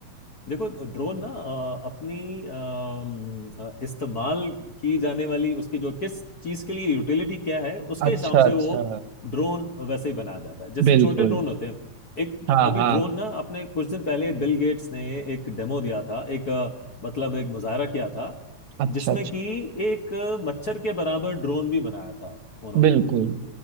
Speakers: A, on the left; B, on the right.
A: देखो ड्रोन ना अ, अपनी अम, अ, इस्तेमाल की जाने वाली उसकी जो किस चीज के लिए यूटिलिटी क्या है उसके
B: अच्छा
A: हिसाब
B: अच्छा
A: से वो ड्रोन वैसे ही बनाया जाता है जैसे
B: बिल्कुल
A: छोटे ड्रोन होते हैं एक
B: हाँ
A: अभी
B: हाँ
A: ड्रोन ना अपने कुछ दिन पहले बिल गेट्स ने एक डेमो दिया था एक अ, मतलब एक मुजाहरा किया था
B: अच्छा
A: जिसमें
B: अच्छा
A: कि एक अ, मच्छर के बराबर ड्रोन भी बनाया था उन्होंने
B: बिल्कुल